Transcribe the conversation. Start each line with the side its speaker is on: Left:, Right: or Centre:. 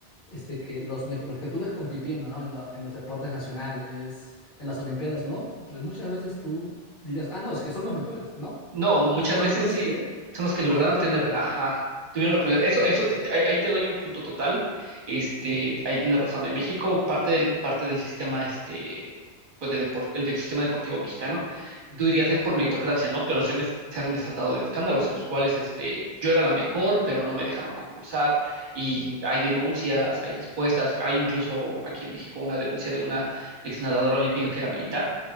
Left: es de que los, mejo- los que tú ves compitiendo, ¿no? En la- en los deportes nacionales, en las Olimpiadas, ¿no? Re- Muchas veces tú dirías, ah, no, es que son los mejores, ¿no?
Right: No, muchas
Left: Son
Right: veces
Left: los
Right: sí,
Left: que
Right: son los que
Left: tuvieron
Right: lograron tener,
Left: la oportunidad.
Right: ajá, tuvieron la oportunidad.
Left: Exacto.
Right: Eso, eso, te- ahí, ahí te doy un punto total. Este, ahí tienes razón. En México, parte del, parte del sistema, este, pues de deporte, el de- sistema deportivo mexicano
Left: Ujú.
Right: tú dirías es por meritocracia, ¿no? Pero se han, des- se han desatado de escándalos en los cuales este, yo era la mejor, pero no me dejaron concursar y hay denuncias, hay respuestas, hay incluso aquí en México una denuncia de una exnadadora olímpica que era militar